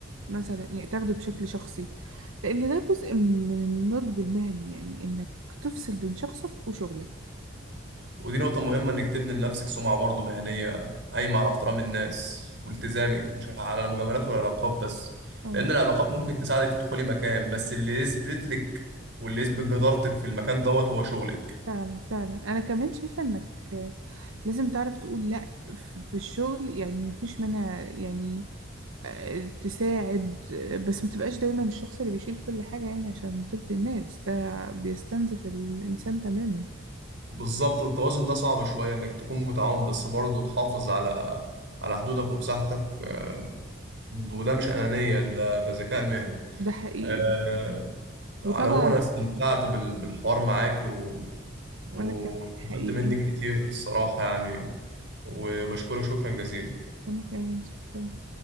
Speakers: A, on the right; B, on the right.
A: مثلا يعني تاخده بشكل شخصي لان ده جزء من النضج المهني يعني انك تفصل بين شخصك وشغلك
B: ودي نقطة مهمة إنك تبني لنفسك سمعة برضه مهنية قايمة على احترام الناس والتزامك مش على المجاملات والعلاقات بس
A: اه
B: لأن العلاقات ممكن تساعدك تدخلي مكان بس اللي يثبت لك واللي يثبت جدارتك في المكان دوت هو شغلك
A: فعلا فعلا انا كمان شايفة انك لازم تعرف تقول لا في في الشغل يعني مفيش منها يعني آه، تساعد آه، بس ما تبقاش دايما الشخص اللي بيشيل كل حاجة يعني عشان ترضي الناس ده بيستنزف الإنسان تماما
B: بالظبط التوازن ده صعب شوية إنك تكون متعاون بس برضه تحافظ على على حدودك ومساحتك آه، وده مش أنانية ده ده ذكاء مهني
A: ده حقيقي
B: آه،
A: ده حقيقي
B: على
A: وطبعا
B: العموم انا استمتعت بال- بالحوار معاك و... واستفدت
A: وأنا كمان حقيقي
B: منك كتير الصراحة يعني وبشكرك شكرا جزيلا
A: وأنا كمان شكرا